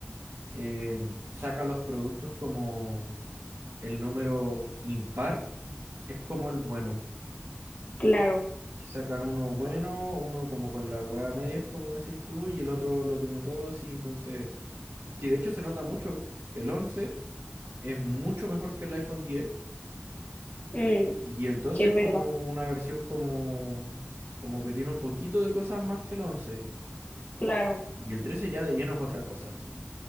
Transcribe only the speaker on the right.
em, saca los productos como el número impar es como el bueno.
Que Sacan uno bueno, uno como con la hueá a medias, como decís tú, y el otro lo tiene todo así. Entonces, sí, de hecho se nota mucho. El 11 es mucho mejor que el iPhone diez.
Y el doce
es como
una versión como, como que tiene un poquito de cosas más que el once
Y el 13 ya de lleno es otra cosa, así.